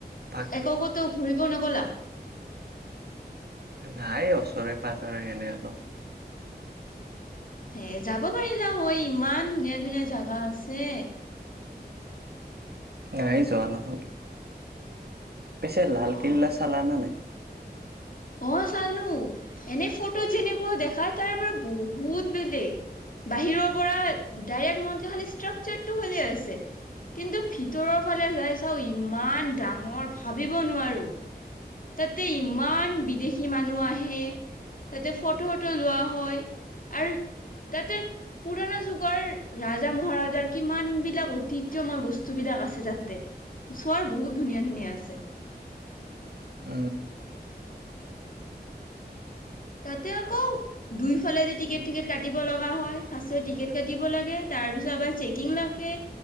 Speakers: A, on the right (about 70°); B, on the left (about 55°).
A: তাক
B: এককতেও ফুৰিব নগলা
A: নাই ওচৰে পাঁজৰে এনেই অলপ
B: হে যাব পাৰিলা হয় ইমান ধুনীয়া ধুনীয়া জাগা আছে
A: নাই যোৱা নহ'ল পেছে লালকিল্লা
B: অ
A: চালা নাই
B: অ চালো এনে ফটো যেনেকুৱা দেখা তাৰ পৰা বহুত বেলেগ বাহিৰৰ পৰা ডাইৰেক্ মন খালে ষ্ট্ৰাকচাৰটো হালে আছে কিন্তু ভিতৰৰ ফালে যাই চাওঁ ইমান ডাঙৰ ভাবিব নোৱাৰো তাতে ইমান বিদেশী মানুহ আহে তাতে ফটো ফটো লোৱা হয় আৰু তাতে পুৰণা যুগৰ ৰাজা মহাৰাজাৰ কিমান বিলাক ঐতিহ্যয়ময় বস্তু বিলাক আছে তাতে সৰ বহুত ধুনীয়া ধুনীয়া আছে
A: উ
B: তাতে আকৌ দুইফালে যে টিকট টিকট কাটিব লগা হয় ফাৰ্ষ টিকেট কাটিব লাগে তাৰ পিছত আবাৰ চেকিং ৰাখে